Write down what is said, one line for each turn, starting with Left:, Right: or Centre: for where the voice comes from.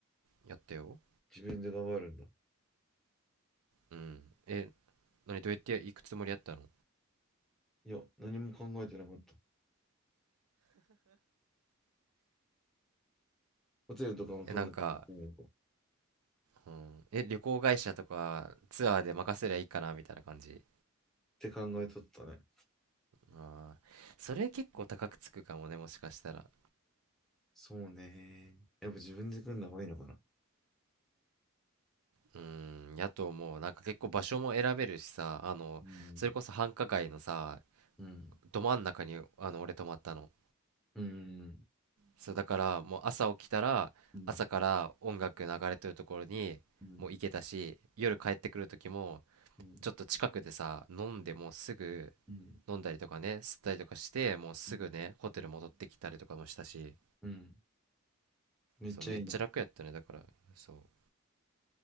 Right: やったよ
Centre: 自分で頑張るんだ。
Right: うんえ何どうやって行くつもりやったの
Centre: いや、何も考えてなかった。ホテルとかも取んなきゃいけないのか。
Right: えなんか、
Centre: っ
Right: うん、え旅行会社とかツアーで任せりゃいいかなみたいな感じ
Centre: て考えとったね。
Right: ああ、それ結構高くつくかもね、もしかしたら。
Centre: そうね。やっぱ自分で組んだ方がいいのかな。
Right: うーん、やと思う。なんか結構場所も選べるしさ、あの、
Centre: うん、
Right: それこそ繁華街のさ、
Centre: うん、
Right: ど真ん中に、あの、俺泊まったの。
Centre: うん、
Right: そう、だからもう朝起きたら、
Centre: うん、
Right: 朝から音楽流れてるところにもう行けたし、
Centre: うん、
Right: 夜帰ってくる時も、
Centre: うん、
Right: ちょっと近くでさ、飲んでもうすぐ
Centre: うん、
Right: 飲んだりとかね、吸ったりとかして、もうすぐね、
Centre: うん、
Right: ホテル戻ってきたりとかもしたし、
Centre: うんめっちゃいいね。
Right: そう、めっちゃ楽やったね、だから、そ